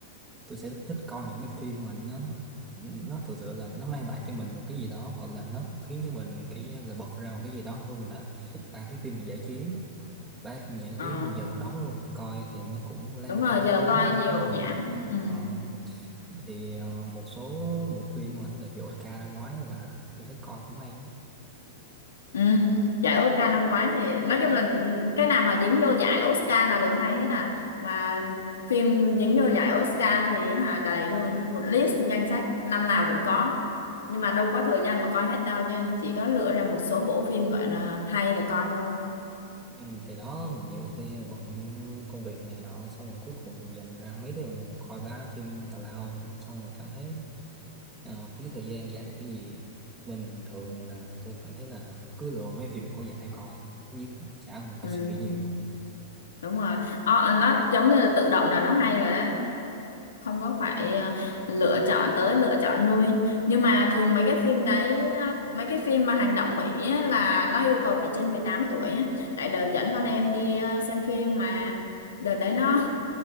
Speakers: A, on the right; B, on the left.
A: tôi sẽ thích coi những cái phim mà nó nó thực sự là nó mang lại cho mình một cái gì đó hoặc là nó khiến cho mình kiểu như là bật ra một cái gì đó hơn là ba cái phim mà giải trí ba cái phim giải
B: Ờ.
A: trí bây giờ một đống luôn coi thì nó cũng lan
B: đúng
A: man
B: rồi
A: lan
B: giờ
A: man
B: coi
A: nó không
B: nhiều
A: có cái
B: nhảm
A: gì
B: ừ.
A: Ờ, thì ờ, một số bộ phim mà nó là giải Oscar năm ngoái các bạn tôi thấy coi cũng hay lắm
B: Ừ. giải Oscar năm ngoái thì nói chung là ừ, cái nào mà dính vô giải Oscar là đều hay hết à mà phim dính vô giải Oscar thì hả đầy luôn một list danh sách năm nào cũng có nhưng mà đâu có thời gian mà coi hết đâu cho nên chỉ có lựa ra một số bộ phim gọi là hay để coi thôi
A: Ừ, thì đó nhiều khi bận công việc này nọ xong rồi cuối cùng dành ra mấy tiếng đồng hồ coi bá phim tào lao xong rồi cảm thấy ờ, phí thời gian chả được cái gì nên thường là tôi cảm thấy là cứ lựa mấy phim có giải coi nhất chả cần phải
B: ừ,
A: suy nghĩ nhiều
B: đúng rồi Ờ, ờ, nó giống như là tự động là nó hay rồi đó không có phải à, lựa chọn tới lựa chọn nuôi nhưng mà thường mấy cái phim đấy à, mấy cái phim mà hành động Mỹ á, là nó yêu cầu phải trên 18 tuổi á. tại đợt dẫn con em đi à, xem phim mà đợt đấy nó